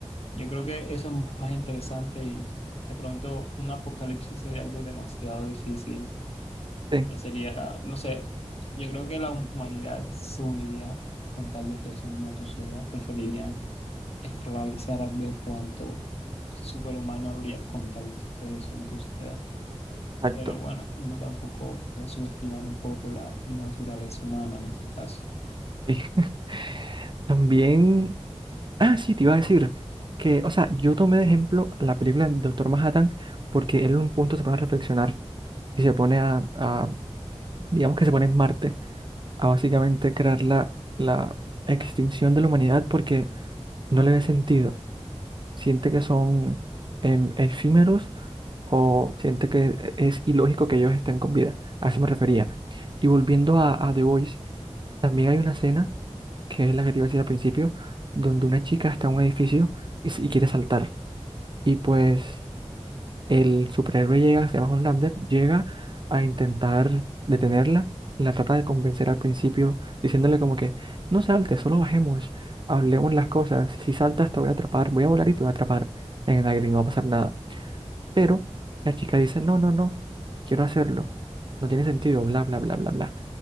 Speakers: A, on the left; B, on the right.
A: yo creo que eso es más interesante y de pronto un apocalipsis sería algo demasiado difícil
B: sí,
A: ya sería, no sé, yo creo que la humanidad se uniría con tal de que eso no suceda. Preferirían
B: Ujú.
A: esclavizar a ver cuánto superhumano habría con tal de que eso no suceda.
B: exacto.
A: Pero bueno, uno tampoco puede subestimar un poco la naturaleza humana en ese caso.
B: Y <laughs> también, ah, sí, te iba a decir que, o sea, yo tomé de ejemplo la película del Doctor Manhattan porque él en un punto se pone a reflexionar y se pone a, a, digamos que se pone en Marte, a básicamente crear la, la extinción de la humanidad porque no le ve sentido. Siente que son em, efímeros o siente que es ilógico que ellos estén con vida. A eso me refería. Y volviendo a, a The Voice, también hay una escena, que es la que te iba a decir al principio, donde una chica está en un edificio y, s- y quiere saltar. Y pues el superhéroe llega, se llama Homelander, llega a intentar detenerla. La trata de convencer al principio, diciéndole como que, no saltes, solo bajemos, hablemos las cosas. Si saltas te voy a atrapar, voy a volar y te voy a atrapar en el aire y no va a pasar nada. Pero la chica dice, no, no, no, quiero hacerlo. No tiene sentido, bla, bla, bla, bla, bla.